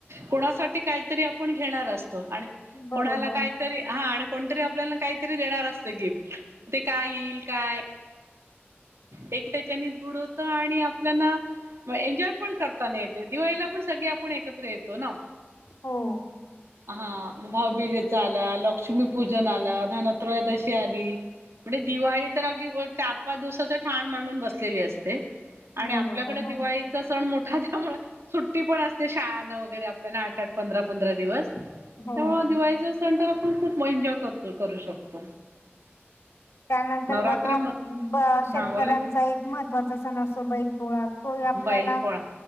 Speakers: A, on the right; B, on the left.
A: कोणासाठी काहीतरी आपण घेणार असतो आणि
B: बरोबर.
A: कोणाला काही हा कोणतरी आपल्याला काहीतरी देणार असत गिफ्ट ते काय येईल काय? एकट्याच्याने दृढ होत आणि आपल्याला मग एन्जॉय पण करताना येते दिवाळीला पण सगळे आपण एकत्र येतो ना.
B: हो
A: हा भाऊबीजेचा आला, लक्ष्मीपूजन आला, धनत्रयोदशी आली. म्हणजे दिवाळी तर अगदी चार पाच दिवसाच ठाण मांडून बसलेली असते. आणि
B: बरोबर
A: आपल्याकडे दिवाळीचा
B: ह
A: सण मोठा त्यामुळे सुट्टी पण असते शाळ नं वगैरे आपल्याला आठ आठ पंधरा पंधरा दिवस त्यामुळे
B: हो.
A: दिवाळीच सण आपण खूप एन्जॉय कर करू शकतो
B: त्यानंतर
A: नवरात्रामध्ये
B: बघा ब शेतकऱ्यांचा
A: हा बोला
B: एक महत्त्वाचा सण असो बैल पोळा तो आपल्याला
A: बैल पोळा